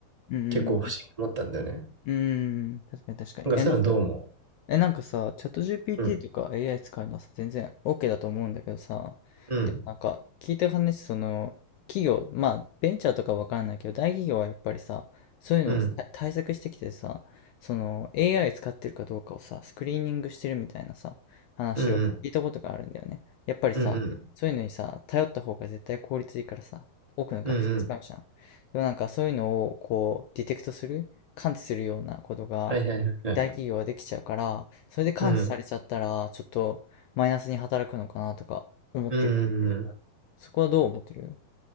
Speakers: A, on the left (about 80°); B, on the right (about 25°).
A: うんうん
B: 結構不思議に思ったんだよね。
A: うん。うん。確かに確かに。
B: なんかそういうのどう思
A: え、なんかえ、なんかさ、チャット GPT
B: ううん、
A: とか AI 使うのはさ、全然 OK だと思うんだけどさ、
B: うん、
A: でもなんか聞いた話、その、企業、まあ、ベンチャーとかわからないけど、大企業はやっぱりさ、そういうのをさ対策してきてさ、
B: うん、
A: その AI 使ってるかどうかをさ、スクリーニングしてるみたいなさ、話を聞いたことがあるんだよね。
B: うん、うん、
A: やっぱりさ、
B: うん、うん、
A: そういうのにさ、頼った方が絶対効率いいからさ、多くの学生使うじゃん。
B: うん、うん。
A: でもなんかそういうのをこう、ディテクトする、感知するようなことが、
B: はいはいはいはい。
A: 大企業ができちゃうから、それで感知されちゃったら、
B: うん、
A: ちょっとマイナスに働くのかなとか思ってるんだけど、
B: うん、うん。うん
A: そこはどう思ってる